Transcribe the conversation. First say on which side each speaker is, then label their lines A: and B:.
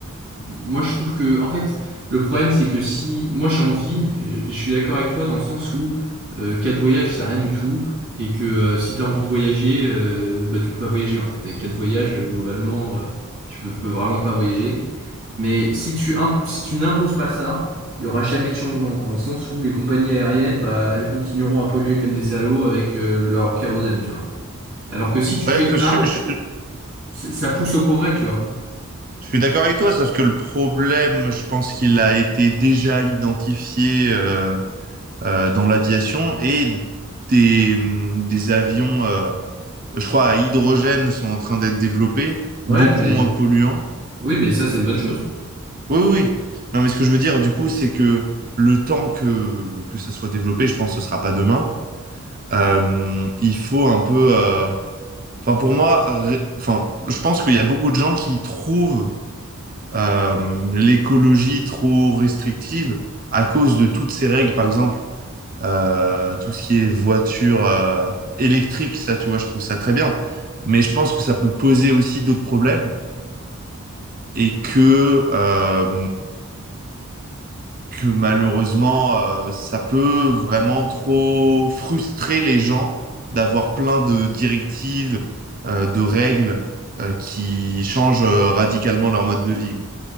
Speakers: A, on the right; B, on the right.
A: moi je trouve que en fait le problème c'est que si moi j'ai envie, et je suis d'accord avec toi dans le sens où euh, quatre voyages c'est rien du tout et que euh, si t'as envie de voyager, euh, bah tu peux pas voyager en fait avec quatre voyages euh, globalement euh, tu peux, peux vraiment pas voyager. Mais si tu imp- si tu n'imposes pas ça, il y aura jamais de changement dans le sens où les compagnies aériennes bah elles continueront à polluer comme des salauds avec euh, leur kérosène, tu vois. Alors que si tu
B: Ouais,
A: fais ça
B: je, je-
A: c'est- ça pousse au progrès, tu vois.
B: je suis d'accord avec toi, sauf que le problème, je pense qu'il a été déjà identifié. euh, euh, dans l'aviation et des, hum, des avions, euh, je crois, à hydrogène sont en train d'être développés,
A: Ouais,
B: beaucoup
A: mais
B: moins polluants.
A: oui, mais ça, c'est une bonne chose.
B: Oui, oui. oui. Non, mais ce que je veux dire, du coup, c'est que le temps que, que ça soit développé, je pense que ce sera pas demain, euh, il faut un peu... euh, Enfin, pour moi, ré- enfin, je pense qu'il y a beaucoup de gens qui trouvent euh, l'écologie trop restrictive à cause de toutes ces règles, par exemple. Euh, tout ce qui est voiture euh, électrique, ça, tu vois, je trouve ça très bien. Mais je pense que ça peut poser aussi d'autres problèmes et que, euh, que malheureusement, euh, ça peut vraiment trop frustrer les gens d'avoir plein de directives, euh, de règles, euh, qui changent euh, radicalement leur mode de vie. quoi.